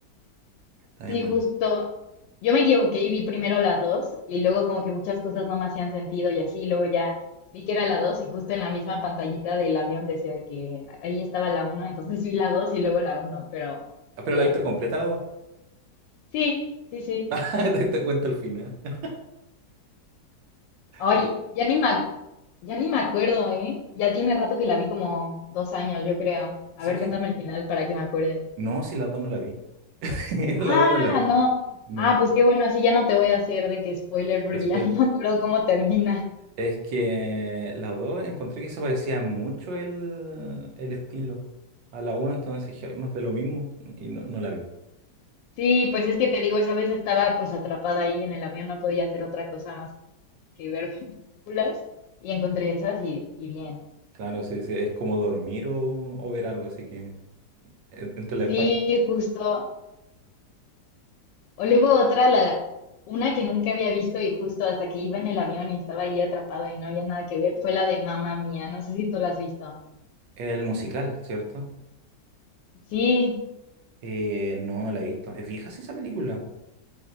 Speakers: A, on the right; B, on the left.
A: Está bien
B: Sí,
A: bueno.
B: justo. Yo me equivoqué y vi primero la 2 y luego como que muchas cosas no me hacían sentido y así, luego ya vi que era la 2 y justo en la misma pantallita del avión decía de que ahí estaba la uno entonces vi la 2 y luego la uno pero
A: Ah, pero
B: bien.
A: la viste completa la dos.
B: Sí, sí, sí.
A: <laughs> Ah, Te diste cuenta al final. <laughs>
B: Ay,
A: Eh,
B: ya ni me, ac- ya ni me acuerdo, ¿eh? Ya tiene rato que la vi como dos años, yo creo. A
A: si
B: ver,
A: es que.
B: cuéntame el final para que me acuerde.
A: No, si la dos no la vi. <laughs>
B: Ah,
A: La dos no la vi.
B: no.
A: No,
B: Ah, pues qué bueno, así ya no te voy a hacer de que spoiler porque
A: después.
B: ya <laughs> no me acuerdo cómo termina.
A: Es que la dos encontré que se parecía mucho el, el estilo a la una, entonces dije, "Ay, más de lo mismo y no, no la vi.
B: Sí, pues es que te digo, esa vez estaba pues atrapada ahí en el avión, no podía hacer otra cosa más que ver <laughs> películas y encontré esas y, y bien.
A: Claro, sí, sí, es como dormir o, o ver algo, así que eh, entre
B: Sí,
A: la espalda.
B: justo. O luego otra, la, una que nunca había visto y justo hasta que iba en el avión y estaba ahí atrapada y no había nada que ver, fue la de Mamma Mía. No sé si tú la has visto.
A: El musical, ¿cierto?
B: Sí,
A: Eh, no, no la he visto. ¿Es vieja sí esa película?